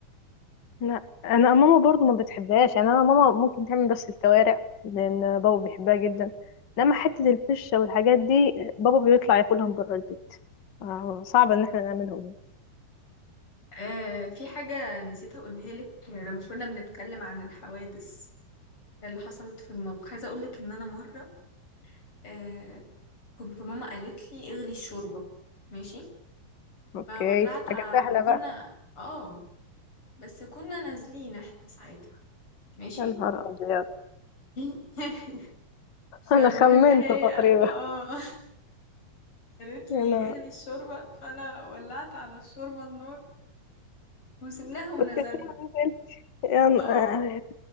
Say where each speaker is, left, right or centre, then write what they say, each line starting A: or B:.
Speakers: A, on the left (about 80°); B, on the left (about 35°).
A: لا انا ماما برضه ما بتحبهاش يعني انا ماما ممكن تعمل بس الكوارع لان بابا بيحبها جدا لما حته الفشه والحاجات دي بابا بيطلع ياكلهم بره البيت آه، صعب ان احنا نعملهم
B: آه في حاجة نسيت اقولها لك لما كنا بنتكلم عن الحوادث اللي حصلت في المطبخ عايزة اقول لك ان انا مرة آه كنت ماما قالت لي اغلي الشوربة ماشي
A: اوكي
B: فولعت
A: حاجه
B: ع-
A: سهله
B: وكنا
A: بقى
B: اه بس كنا نازلين احنا ساعتها ماشي
A: يا نهار ابيض
B: <laughs> فالمهم
A: انا خمنت
B: هي
A: تقريبا
B: اه <laughs> قالت
A: يا
B: لي
A: انا
B: اغلي الشوربة فانا ولعت على الشوربة النار وسبناها ونزلنا
A: نزل يا ن-
B: اه